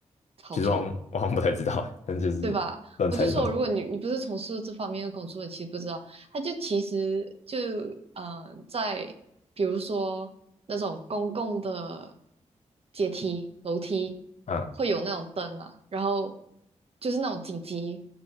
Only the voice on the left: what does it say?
其实我好像我好像不太知道欸但就是乱猜一通。
嗯，